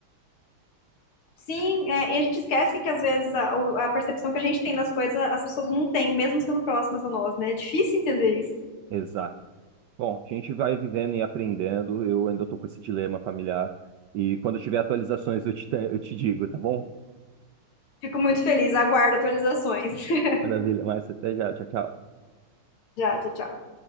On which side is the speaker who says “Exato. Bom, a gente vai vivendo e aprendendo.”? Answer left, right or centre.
Right